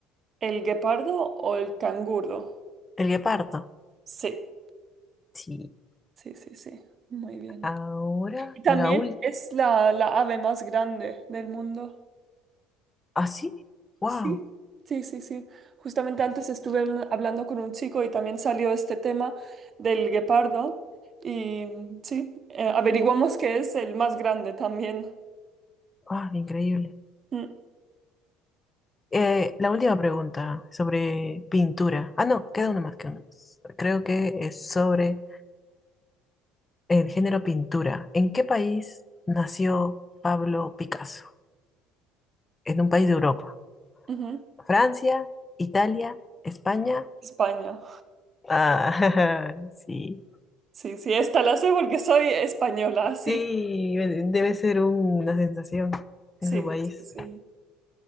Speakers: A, on the right; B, on the left.
A: el guepardo o el canguro?
B: El guepardo.
A: Sí,
B: Sí.
A: sí, sí, sí. Muy bien.
B: Ahora,
A: Y también
B: la última.
A: es la, la ave más grande del mundo.
B: ¿Ah, sí? ¡Wow!
A: Sí, sí, sí, sí. Justamente antes estuve habl- hablando con un chico y también salió este tema del guepardo. Y mm, sí, eh, averiguamos que es el más grande también.
B: ¡Ah, increíble!
A: Mm,
B: Eh, la última pregunta sobre pintura. Ah, no, queda una más, queda una más. Creo que es sobre el género pintura. ¿En qué país nació Pablo Picasso? En un país de Europa.
A: ujú.
B: ¿Francia, Italia, España
A: España.
B: Ah, <laughs> sí.
A: Sí, sí, esta la sé porque soy española, sí,
B: Sí, debe ser una sensación
A: sí,
B: en su país.
A: sí, sí.